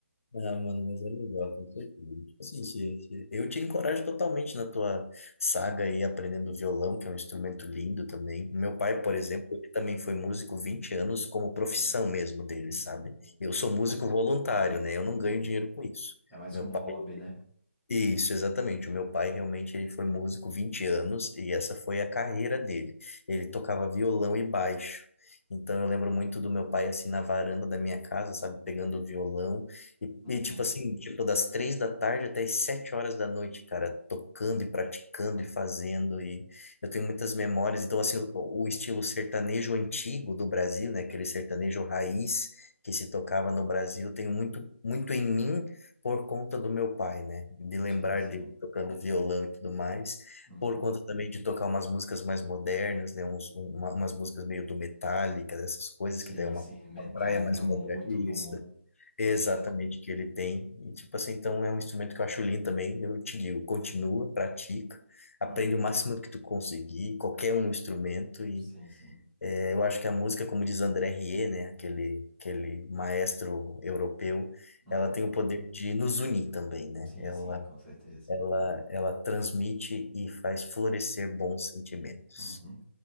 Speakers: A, on the left; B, in the centre.
A: Ah, mano, mas é legal, com certeza. Tipo Assim, se, se- eu te encorajo totalmente na tua saga aí aprendendo violão, que é um instrumento lindo também. Meu pai,
B: Uhum.
A: por exemplo, ele também foi músico 20 anos como profissão
B: Hum,
A: mesmo dele,
B: hum.
A: sabe?
B: Nossa.
A: Eu sou músico voluntário, né? Eu não ganho
B: Uhum.
A: dinheiro com isso.
B: É mais
A: Meu
B: como
A: pai
B: hobby, né?
A: Isso, exatamente. O meu pai realmente ele foi músico 20 anos e essa foi a carreira dele. Ele tocava violão e baixo. Então eu lembro muito do meu pai assim na varanda da minha casa, sabe, pegando o violão e,
B: Uhum.
A: e, tipo assim, tipo das três da tarde até as sete horas da noite, cara, tocando e praticando e fazendo e eu tenho muitas memórias. Então assim, o, o estilo sertanejo antigo do Brasil, né, aquele sertanejo raiz que se tocava no Brasil, eu tenho muito muito em mim por conta do meu pai, né? De lembrar
B: Sim, sim.
A: de tocando violão e tudo mais,
B: Uhum.
A: por conta também de tocar umas músicas mais modernas, né? Uns, um, uma- umas músicas meio do Metallica, dessas coisas,
B: Sim,
A: que daí é uma,
B: sim. Metallica,
A: uma praia mais moderna.
B: muito
A: Isso,
B: bom.
A: exatamente,
B: Gosto muito.
A: que ele tem. E, tipo assim, então é um instrumento que eu acho lindo também, eu te digo, continua, pratica, aprende
B: Uhum.
A: o máximo que tu conseguir, qualquer um instrumento,
B: Sim, sim.
A: é, Eu acho que a música, como diz André Rieu, né, aquele, aquele maestro europeu,
B: Uhum.
A: ela tem o poder de nos unir também, né?
B: Sim,
A: Ela,
B: sim, com certeza.
A: ela, ela transmite e faz florescer bons sentimentos.
B: Uhum.